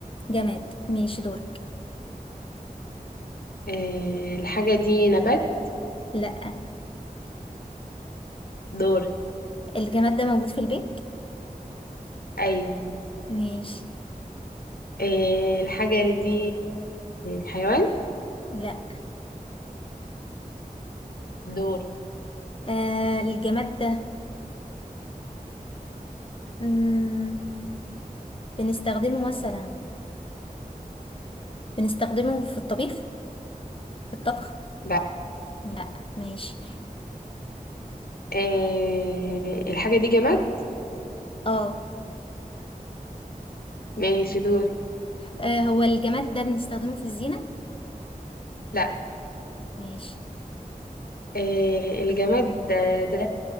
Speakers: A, on the left (about 35°); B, on the left (about 85°).
A: جماد ماشي دور
B: آه، الحاجة دي نبات
A: لا
B: دور
A: الجماد ده موجود في البيت
B: ايوه
A: ماشي
B: آه، الحاجة دي حيوان
A: لا
B: دور
A: آه الجماد ده مم. بنستخدمه مثلا بنستخدمه في الطبيخ في الطبخ
B: لا
A: لا ماشي
B: آه الحاجة دي جماد
A: اه
B: ماشي دوري
A: آه، هو الجماد ده بنستخدمه في الزينة
B: لا
A: ماشي
B: آه الجماد ده, ده